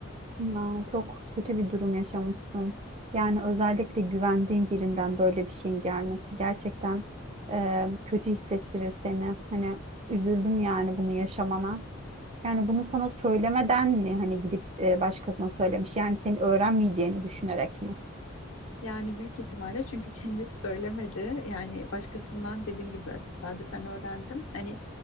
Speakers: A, on the right; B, on the left.
A: Ya, çok kötü bir durum yaşamışsın. Yani özellikle güvendiğin birinden böyle bir şeyin gelmesi gerçekten e, kötü hissettirir seni. Hani üzüldüm yani bunu yaşamana. Yani bunu sana söylemeden mi hani gidip e, başkasına söylemiş? Yani senin öğrenmeyeceğini düşünerek mi?
B: Yani büyük ihtimalle çünkü <laughs> kendisi söylemedi. Yani başkasından dediğim gibi böyle tesadüfen öğrendim. Hani